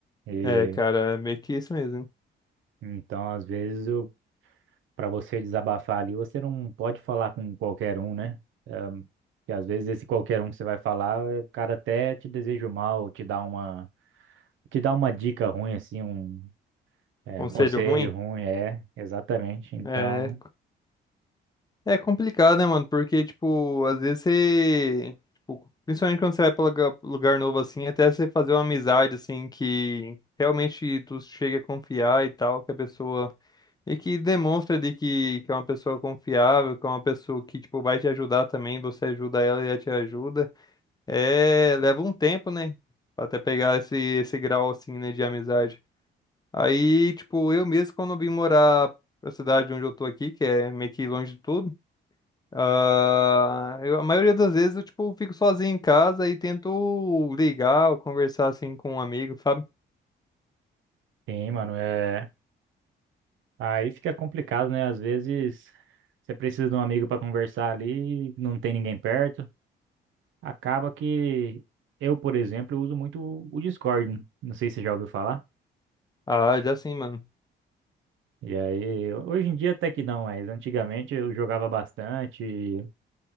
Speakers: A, on the right; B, on the left.
A: E,
B: é, cara, é meio que isso mesmo. hein?
A: então, às vezes, eu, para você desabafar ali, você não pode falar com qualquer um, né? Um, e às vezes esse qualquer um que você vai falar, é, o cara até te deseja o mal, te dá uma, te dá uma dica ruim, assim, um, é,
B: Conselho
A: um conselho
B: ruim?
A: ruim, é, exatamente. Então,
B: É, É complicado, né, mano? Porque, tipo, às vezes você. tipo, principalmente quando você vai pra lugar lugar novo, assim, até você fazer uma amizade, assim, que realmente tu chega a confiar e tal, que a pessoa. E que demonstra de que, que é uma pessoa confiável, que é uma pessoa que, tipo, vai te ajudar também, você ajuda ela e ela te ajuda. É. Leva um tempo, né? Pra até pegar esse, esse grau, assim, né, de amizade. Aí, tipo, eu mesmo, quando vim morar pra cidade onde eu tô aqui, que é meio que longe de tudo. Ah, eu- a maioria das vezes eu, tipo, fico sozinho em casa e tento ligar ou conversar, assim, com um amigo, sabe?
A: sim, mano, é. Aí fica complicado, né? Às vezes você precisa de um amigo para conversar ali, não tem ninguém perto. Acaba que eu, por exemplo, uso muito o Discord. Não sei se você já ouviu falar.
B: Ah, já sim, mano.
A: E aí, hoje em dia até que não, mas antigamente eu jogava bastante.